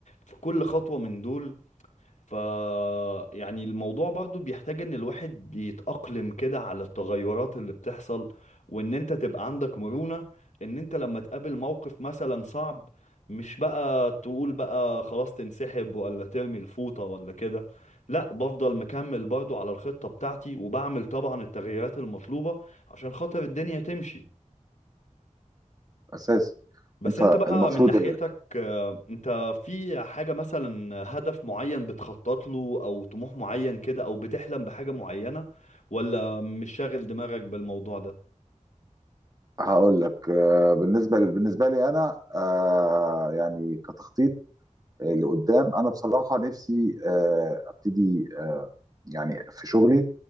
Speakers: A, on the left (about 70°); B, on the right (about 30°).
A: في كل خطوة من دول ف يعني الموضوع برضو بيحتاج ان الواحد بيتأقلم كده على التغيرات اللي بتحصل وان انت تبقى عندك مرونة ان انت لما تقابل موقف مثلا صعب مش بقى تقول بقى خلاص تنسحب ولا ترمي الفوطة ولا كده لا بفضل مكمل برضو على الخطة بتاعتي وبعمل طبعا التغييرات المطلوبة عشان خاطر الدنيا تمشي
B: اساسي
A: بس
B: انت
A: انت بقى
B: المفروض
A: من ناحيتك آه، انت في حاجة مثلا هدف معين بتخطط له او طموح معين كده او بتحلم بحاجة معينة ولا مش شاغل دماغك بالموضوع ده
B: هقول لك آه، بالنسبه بالنسبه لي انا آه، يعني كتخطيط لقدام انا بصراحه نفسي آه، ابتدي آه، يعني في شغلي